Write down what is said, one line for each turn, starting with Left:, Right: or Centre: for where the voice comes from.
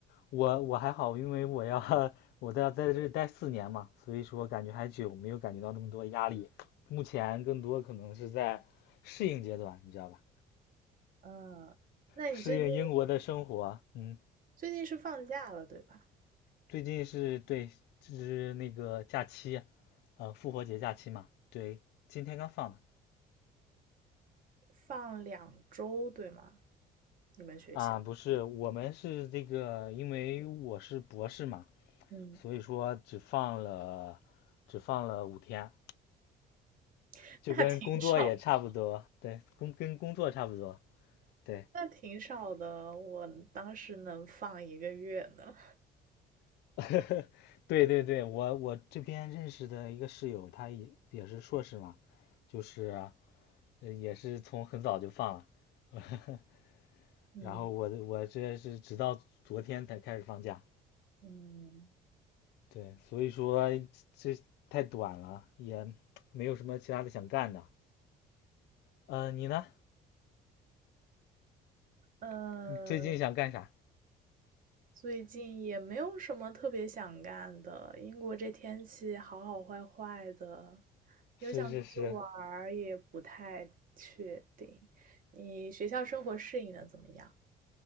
Left: 我我还好，因为我要 <laughs> 我在在这待四年嘛，所以说感觉还久，没有感觉到那么多压力。目前更多可能是在适应阶段，你知道吧？
Right: 嗯，那你最近
Left: 适应英国的生活。嗯，
Right: 最近是放假了对吧？
Left: 最近是对，是那个假期，呃，复活节假期嘛，对，今天刚放的。
Right: 放两周对吗？你们学校？
Left: 啊，不是，我们是这个，因为我是博士嘛，
Right: 嗯
Left: 所以说只放了只放了五天，
Right: <laughs>，
Left: 就跟工作也差不多，
Right: 那挺少，
Left: 对，工跟工作差不多，对，
Right: 那挺少的。我当时能放一个月呢。
Left: <laughs> 对对对，我我这边认识的一个室友，他也也是硕士嘛，就是呃也是从很早就放了，<laughs>
Right: 嗯
Left: 然后我我这是直到昨天才开始放假，
Right: 嗯。<laughs>
Left: 对，所以说这太短了，也没有什么其他的想干的。呃，你呢？
Right: 呃，
Left: 你最近想干啥？
Right: 最近也没有什么特别想干的，英国这天气好好坏坏的，有想出去玩儿也不太确定。
Left: 是是是，
Right: 你学校生活适应的怎么样？